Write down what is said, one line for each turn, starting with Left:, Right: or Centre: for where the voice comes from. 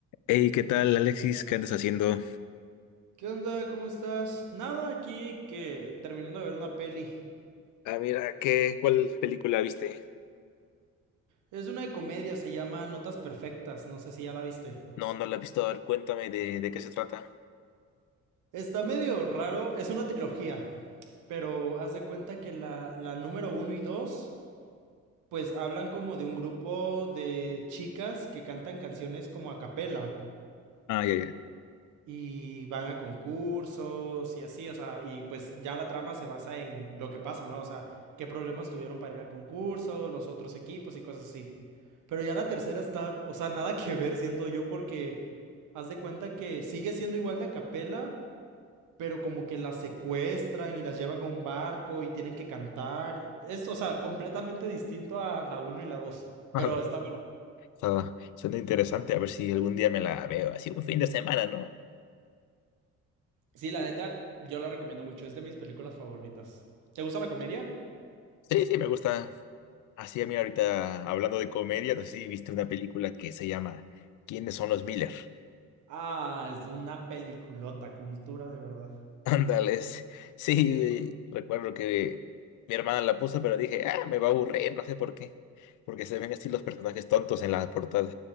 Left: Hey, ¿qué tal, Alexis? ¿Qué andas haciendo?
Right: ¿Qué onda? ¿Cómo estás? Nada, aquí que terminando de ver una peli.
Left: Ah, mira, ¿qué, cuál película viste?
Right: Es una de comedia, se llama Notas Perfectas, no sé si ya la viste.
Left: No, no la he visto. A ver, cuéntame de, de qué se trata.
Right: Está medio raro, es una trilogía, pero haz de cuenta que la, la número uno y dos, pues hablan como de un grupo de chicas que cantan canciones como a capela.
Left: Ah, ya, ya.
Right: y van a concursos y así, o sea, y pues ya la trama se basa en lo que pasa, ¿no? O sea, qué problemas tuvieron para ir al concurso, los otros equipos y cosas así. Pero ya la tercera está, o sea, nada que ver, siento yo, porque haz de cuenta que sigue siendo igual de a capela, pero como que las secuestran y las llevan a un barco y tienen que cantar. Es, o sea, completamente distinto a la uno y la dos
Left: <laughs>
Right: Pero está bueno.
Left: Está, suena interesante. A ver si algún día me la veo. Así un fin de semana, ¿no?
Right: Sí, la neta, yo la recomiendo mucho. Es de mis películas favoritas. ¿Te gusta la comedia?
Left: Sí, sí, me gusta. Así a mí ahorita, hablando de comedia, no sé si viste una película que se llama ¿Quiénes son los Miller? <laughs>
Right: Ah, es una peliculota, cultura de verdad.
Left: Ándales. Sí,
Right: Es-
Left: recuerdo que mi hermana la puso, pero dije, ah, me va a aburrir, no sé por qué. Porque se ven así los personajes tontos en la portada.